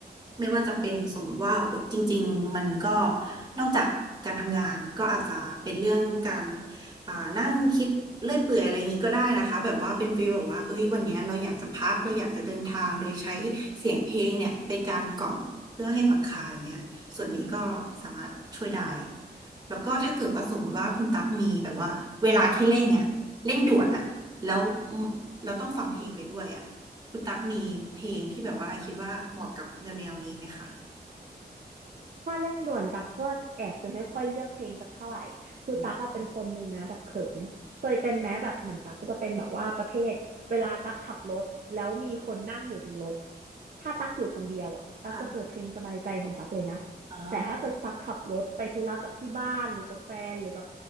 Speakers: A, on the right; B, on the right.
A: ไม่ว่าจะเป็นสมมติว่าจริงๆมันก็นอกจากการทำงานก็อาจจะเป็นเรื่องการอ่านั่งคิดเลื่อยเปื่อยอะไรอย่างงี้ก็ได้นะคะแบบว่าเป็นฟีลแบบว่าเอ้ยวันเนี้ยเราอยากจะพักเราอยากจะเดินทางโดยใช้เสียงเพลงเนี่ยเป็นการกล่อมเพื่อให้ผ่อนคลายอย่างเงี้ยส่วนนี้ก็สามารถช่วยได้แล้วก็ถ้าเกิดว่าสมมติว่าคุณตั๊กมีแบบว่าเวลาที่เร่งอ่ะ เร่งด่วนอะแล้วอืมเราต้องฟังเพลงไปด้วยอะคุณตั๊กมีเพลงที่แบบว่าคิดว่าเหมาะกับแนวแนวนี้ไหมคะ
B: ถ้าเร่งด่วนตักก็แอบจะไม่ค่อยเลือกเพลงสักเท่าไหร่คือตักอะเป็นคนหนึ่งนะแบบเขินเคยเป็นแม้แบบเหมือนตักก็จะเป็นแบบว่าประเภทเวลาตักขับรถแล้วมีคนนั่งอยู่ในรถ
A: อืม
B: ถ้าตักอยู่คนเดียวอ่ะตักจะเปิดเพลงสบายใจของตักเลยนะ
A: ค่ะอ๋อ
B: แต่ถ้าเกิดตักขับรถไปธุระกับที่บ้านหรือกับแฟนหรือกับ